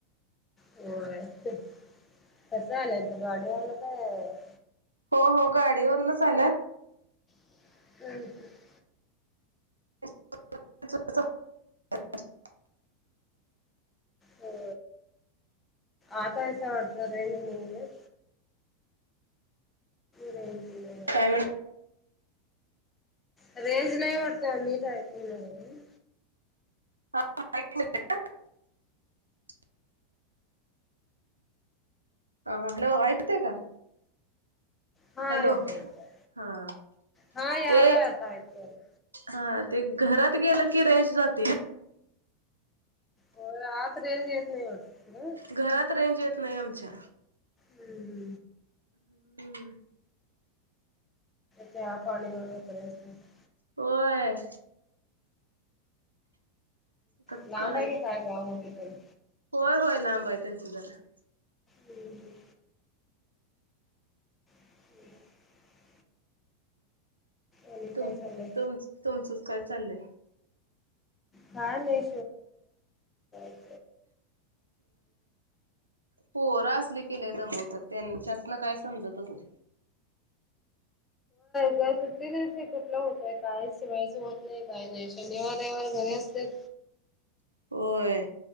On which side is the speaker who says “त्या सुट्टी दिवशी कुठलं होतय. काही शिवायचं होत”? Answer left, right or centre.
Left